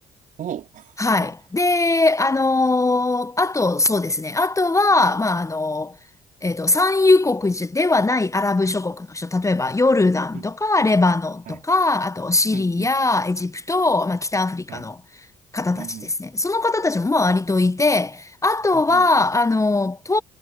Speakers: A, on the right; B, on the left.
A: おう、<laughs>
B: はい。で、あのーあと、そうですね。あとは、まあ、あのえっと、産油国ではないアラブ諸国の人、例えばヨルダンとかレバノンとか、
A: うん、はい、
B: あとシリア、
A: うん、うん、
B: エジプト、まあ、北アフリカの方たちですね。
A: はい、うん、うん、
B: その方たちもまあ割といて、あとは、
A: うん、うん
B: あの、東